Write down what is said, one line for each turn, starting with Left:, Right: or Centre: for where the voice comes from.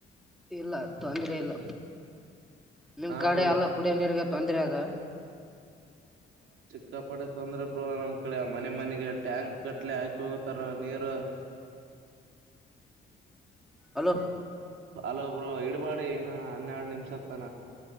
Centre: ಇಲ್ಲ ತೊಂದ್ರೆ ಇಲ್ಲ. ನಿಮ್
Right: ಹಾ
Centre: ಕಡೆ
Right: ಬ್ರೋ
Centre: ಎಲ್ಲ ಕುಡಿಯ ನೀರ್ಗೆ ತೊಂದ್ರೆ ಅದ.
Right: ಕಪಟೆ ತೊಂದ್ರೆ ಬ್ರೋ ನಮ್ ಕಡೆ ಮನೆ ಮನೆಗೆ ಟ್ಯಾಂಕ್ ಗಟ್ಲೆ ಹಾಕ ಹೋಗತಾರ ನೀರು.
Centre: ಹಲೋ
Right: ಹಲೊ ಬ್ರೊ ಇಡ್ಬಾಡಿ ಏನ್ನ ಹನ್ನೆರಡ್ ನಿಮ್ಷ ಅದ್